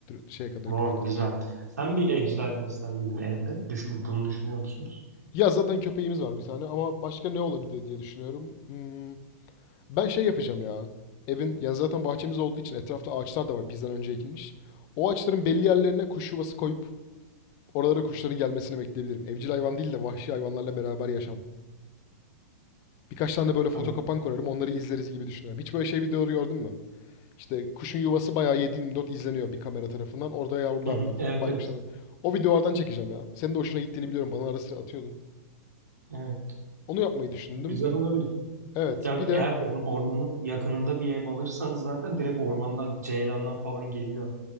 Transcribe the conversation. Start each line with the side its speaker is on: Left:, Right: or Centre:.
Left: şeye kadar
Right: Tamam
Left: güne kadar.
Right: güzel. Sen bir evcil hayvan ister miydin evde? Düşün, bunu düşünüyor musunuz?
Left: Ya zaten köpeğimiz var bir tane ama başka ne olabilir diye düşünüyorum. Hmm, ben şey yapacağım ya. Evin yani zaten bahçemiz olduğu için etrafta ağaçlar da var bizden önce ekilmiş. O ağaçların belli yerlerine kuş yuvası koyup oralara kuşların gelmesini bekleyebilirim. Evcil hayvan değil de vahşi hayvanlarla beraber yaşam. Birkaç tane de böyle fotokopan
Right: Hı
Left: kurarım. Onları izleriz gibi düşünüyorum. Hiç böyle şey videoları gördün mü? İşte kuşun yuvası bayağı 7/24 izleniyor bir kamera tarafından. Orada yavrular
Right: hı,
Left: var.
Right: Evet
Left: Baykuşlar.
Right: evet.
Left: O videolardan çekeceğim ya. Senin de hoşuna gittiğini biliyorum. Bana ara sıra atıyordun.
Right: Evet.
Left: Onu yapmayı düşündüm.
Right: Güzel olabilir.
Left: Evet.
Right: Ya
Left: Bir de
Right: eğer or- ormanın yakınında bir ev alırsanız zaten direkt ormandan ceylanlar falan geliyor.